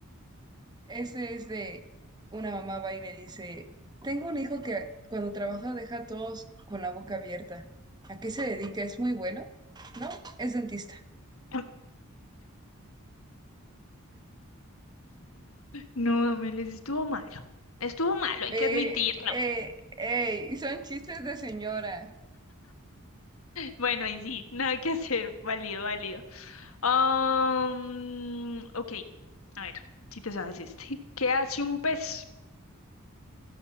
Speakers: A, on the right; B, on the left.
A: este es de una mamá va y le dice, tengo un hijo que cuando trabaja deja a todos con la boca abierta. ¿A qué se dedica? ¿Es muy bueno? No, es dentista.
B: <clears throat> No, Amel, estuvo malo. Estuvo malo, hay
A: Eh,
B: que admitirlo.
A: eh, ey, son chistes de señora.
B: Bueno, ahí sí, nada que hacer, <laughs> válido, válido. Um, ok, a ver, si te sabes este. ¿Qué hace un pez?